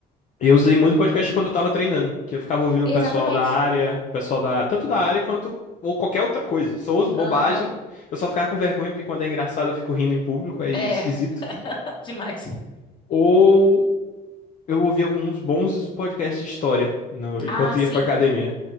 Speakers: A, on the left; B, on the left.
A: Eu usei muito podcast quando eu tava treinando, que eu ficava ouvindo
B: Exatamente.
A: o pessoal da área, pessoal da, tanto da área quanto ou qualquer outra coisa. Só uso bobagem,
B: Aham.
A: eu só ficava com vergonha porque quando é engraçado eu fico rindo em público, é
B: É.
A: esquisito.
B: <laughs> Demais.
A: Ou eu ouvi alguns bons podcasts de história no- enquanto
B: Ah, sim.
A: ia pra academia.